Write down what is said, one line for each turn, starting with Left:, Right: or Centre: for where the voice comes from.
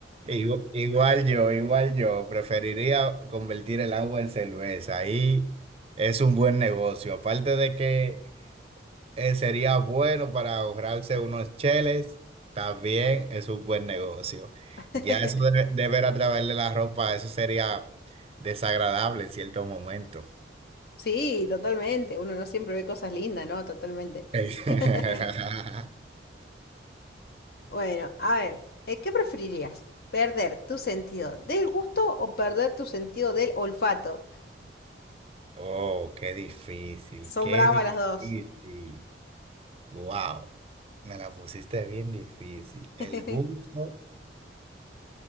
Right: Igu- Igual yo, igual yo, preferiría convertir el agua en cerveza. Ahí es un buen negocio. Aparte de que eh, sería bueno para ahorrarse unos cheles. También es un buen negocio.
Left: <laughs>
Right: Ya eso de, de ver a través de la ropa, eso sería desagradable en cierto momento.
Left: Sí, totalmente. Uno no siempre ve cosas lindas, ¿no? Totalmente.
Right: <laughs>
Left: <laughs> Bueno, a ver, eh, ¿qué preferirías? ¿Perder tu sentido del gusto o perder tu sentido del olfato?
Right: Oh, qué difícil,
Left: Son
Right: qué
Left: bravas
Right: difícil.
Left: las dos.
Right: Wow, me la pusiste bien difícil.
Left: <laughs>
Right: El gusto,